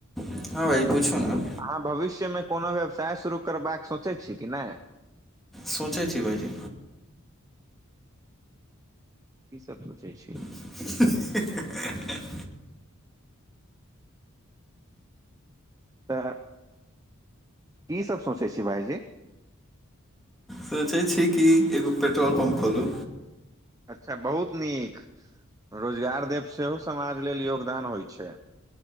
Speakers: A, in the centre; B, on the right (about 15°).
A: हँ भाइजी पूछू ने
B: अहाँ भविष्यमे कोनो व्यवसाय शुरू करबाक सोचै छिये कि नइ
A: सोचै छी भायजी
B: कि सभ सोचै छी
A: ही ही
B: तऽ की सोचै छी भायजी
A: सोचै छी कि एगो पेट्रोल पम्प खोलू
B: अच्छा, बहुत नीक रोजगार देब सेहो समाज लेल योगदान होइ छै